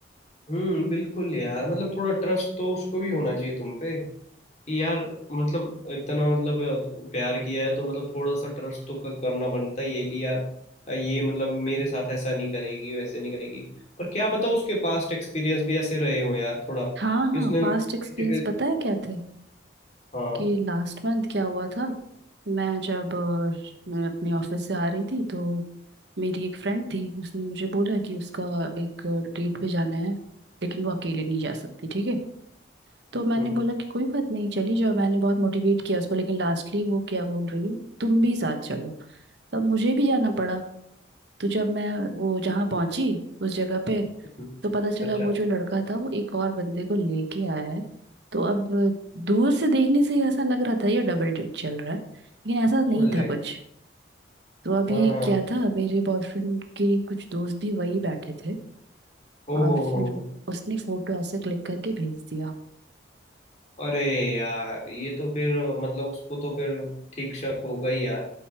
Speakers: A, on the left (about 35°); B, on the right (about 70°).
A: हम्म बिल्कुल यार मतलब थोड़ा ट्रस्ट तो उसको भी होना चाहिए तुम पे यार मतलब इतना मतलब प्यार किया है तो मतलब थोड़ा सा ट्रस्ट तो क- करना बनता ही है कि यार ये मतलब मेरे साथ ऐसा नहीं करेगी वैसे नहीं करेगी पर क्या पता उसके पास्ट एक्सपीरियंस भी ऐसे रहे हो यार थोड़ा कि
B: हाँ हाँ
A: उसने
B: पास्ट
A: किसी
B: एक्सपीरियंस
A: पे
B: पता है क्या थे
A: हाँ
B: कि लास्ट मंथ क्या हुआ था मैं जब अ, मैं अपने ऑफिस से आ रही थी तो मेरी एक फ्रेंड थी उसने मुझे बोला कि उसका एक डेट पे जाना है लेकिन वो अकेले नहीं जा सकती ठीक है तो मैंने
A: हम्म
B: बोला कि कोई बात नहीं चली जाओ मैंने बहुत मोटिवेट किया उसको लेकिन लास्टली वो क्या बोल रही है तुम भी साथ चलो तब मुझे भी जाना पड़ा तो जब मैं वो जहाँ पहुंची उस जगह पे
A: हम्म,
B: तो पता चला
A: अच्छा
B: वो जो लड़का था वो एक और बंदे को लेके आया है तो अब दूर से देखने से ही ऐसा लग रहा था ये डबल डेट चल रहा है लेकिन ऐसा नहीं
A: ओले
B: था कुछ तो अभी
A: हाँ हाँ,
B: क्या था मेरे बॉयफ्रेंड के कुछ दोस्त भी वही बैठे थे
A: ओहो
B: और फिर
A: हो,
B: उसने फोटो ऐसे क्लिक करके भेज दिया
A: अरे यार ये तो फिर मतलब उसको तो फिर ठीक शक होगा ही यार